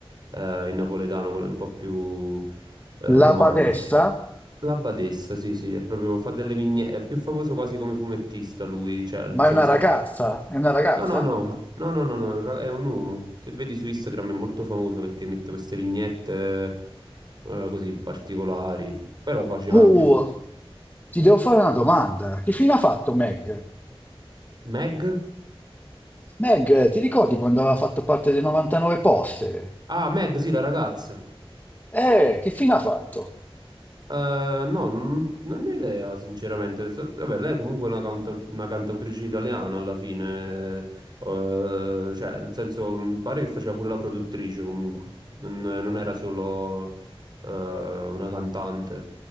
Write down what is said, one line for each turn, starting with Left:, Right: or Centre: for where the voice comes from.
Right: eh, in napoletano, quelli un po' più, eh, romantici.
Left: La Badessa,
Right: La Badessa, sì, sì, è proprio, fa delle vignette, è più famoso quasi come fumettista lui, cioè nel
Left: ma
Right: senso...
Left: è una ragazza? È una ragazza?
Right: No, no, no, no, no, no, no, è un ra- è un uomo. Se vedi su Instagram è molto famoso perché mette queste vignette eh, così particolari, però faceva
Left: Oh,
Right: anche musica.
Left: ti devo fare una domanda. Che fine ha fatto Meg?
Right: Meg?
Left: Meg, ti ricordi quando aveva fatto parte dei 99 poste?
Right: Ah, Meg, sì, la ragazza.
Left: Eh, che fine ha fatto?
Right: Eh, no, non, non ne ho idea, sinceramente. So- Vabbè, lei è comunque una, canta- una cantautrice italiana alla fine, eh, cioè, nel senso, mi pare che faceva pure la produttrice comunque, non, non era solo eh, una cantante.